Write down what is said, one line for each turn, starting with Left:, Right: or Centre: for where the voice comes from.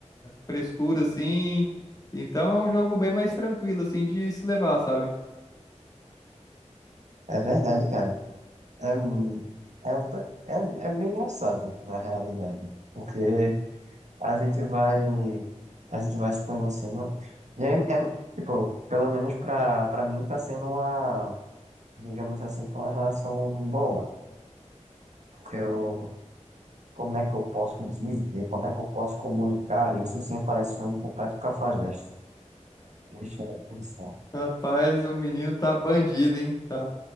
Left: frescura assim. Então é um jogo bem mais tranquilo assim de se levar, sabe?
Right: É, é verdade, cara. É, mu- é, outra- é, é bem engraçado, na realidade. Porque a gente vai. A gente vai se conhecendo. E é, é, tipo, pelo menos pra, pra mim tá sendo uma, digamos assim, uma relação boa. Porque eu, Como é que eu posso dizer, como é que eu posso comunicar isso sem parecer um completo cafajeste? Deixa eu pensar.
Left: Rapaz, o menino tá bandido, hein? Tá